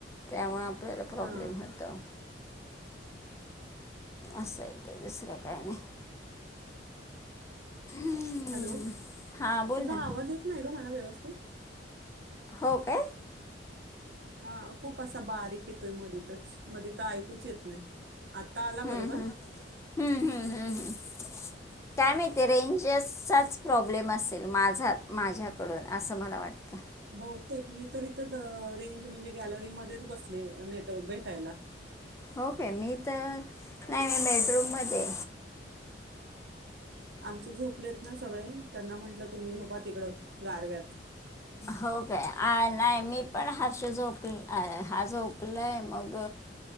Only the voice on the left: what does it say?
त्यामुळे आपल्याला प्रॉब्लेम
हुतो. असंय ते दुसरं काय नाही. हम्म.
हा बोल
ना
हो काय.
हम्म हम्म हम्म हम्म हम्म हम्म.
काय माहिती आहे रेंजसचाच प्रॉब्लेम असेल, माझा माझ्याकडून असं मला वाटतं.
होके मी तर नाही बेडरूम मध्ये
हो काय नाही मी पण हर्ष झोपले हा झोपलाय मग